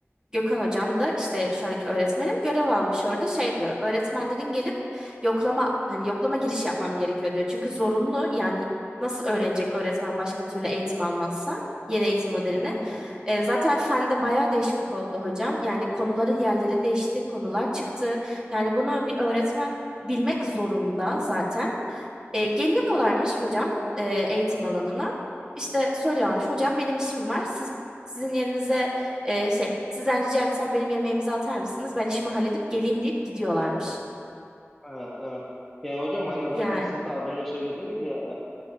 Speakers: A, on the right (about 15°); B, in the centre.
A: Gökhan hocam da işte şu anki öğretmenim görev almış orada şey diyor. Öğretmenlerin gelip yoklama hani yoklama giriş yapmam gerekiyor diyor. Çünkü zorunlu yani nasıl öğrenecek öğretmen başka türlü eğitim almazsa yeni eğitim modelini.
B: Hı hı.
A: E, zaten fende bayağı değişiklik oldu hocam. Yani konuları yerleri değişti, konular çıktı. Yani bunu bir öğretmen bilmek zorunda zaten. E,
B: Kesinlikle.
A: geliyorlarmış hocam e, eğitim alanına. İşte söylüyorlarmış hocam benim işim var. Siz sizin yerinize e, şey sizden rica etsem benim yerime imza atar mısınız? Ben işimi halledip geleyim deyip gidiyorlarmış.
B: Evet, evet. Yani hocam hani zaten
A: Yani
B: siz de az önce söylediniz ya